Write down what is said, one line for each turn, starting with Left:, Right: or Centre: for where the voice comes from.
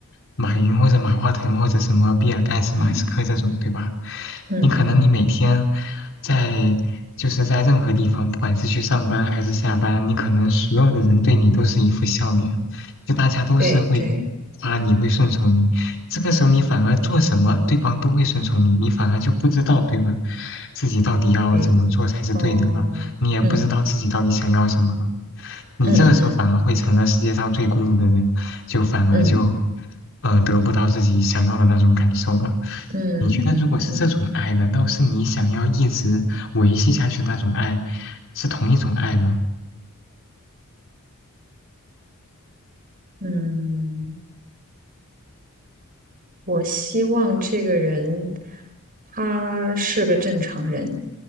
Left: 马云或者马化腾或者什么比尔盖茨、
Right: 嗯
Left: 马斯克这种，对吧？
Right: 嗯嗯嗯，
Left: 你可能你每天在就是在任何地方，不管是去上班还是下班，你可能所有的人对你都是一副笑脸，就大家都是会
Right: 对对，
Left: 夸你，会顺从你。这个时候你反而做什么，对方都会顺从你，你反而就不知道，对吧？自己到底要怎么做才是对的了。
Right: 诶，哦，
Left: 你也不知道自己到底想要什么了。
Right: 嗯
Left: 你这个时候反而会成了世界上最孤独的人，
Right: 嗯嗯
Left: 就反而就，
Right: 嗯
Left: 呃，得不到自己想要的那种感受了。
Right: 嗯嗯嗯嗯
Left: 你觉得如果是这种爱，难道是你想要一直维系下去的那种爱，是同一种爱吗？
Right: 嗯，我希望这个人他是个正常人，